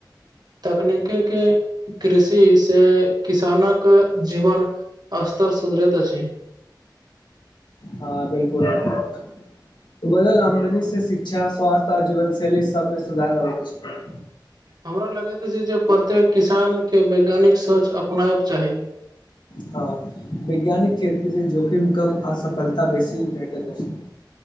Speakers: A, on the right; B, on the left.
A: तकनीकी कऽ कृषि से किसानक जीवन अस्तर सुधरैत अछि
B: हँ बिल्कुल <unintelligible> बढ़ल आमदनी से शिक्षा स्वास्थ्य आ जीवन शैली सबमे सुधार आबैत ऐछ।
A: हमरा लगैत छै जे प्रत्येक किसान केँ वैज्ञानिक सोच अपनायब चाही
B: हँ वैज्ञानिक खेत स जोखिम कम आ सफलता बेसी भेटैत अछि